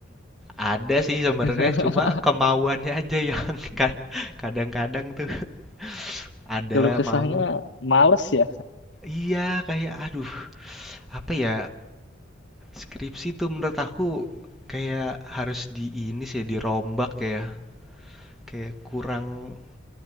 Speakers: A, in the centre; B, on the left (about 65°).
A: Ada sih sebenarnya
B: <laughs>
A: cuma kemauannya aja yang <laughs> ka kadang-kadang tuh <laughs> ada
B: Kalau kesahnya
A: mau
B: males ya,
A: iya kayak aduh apa ya, skripsi tuh menurut aku kayak harus di ini sih dirombak ya, kayak kurang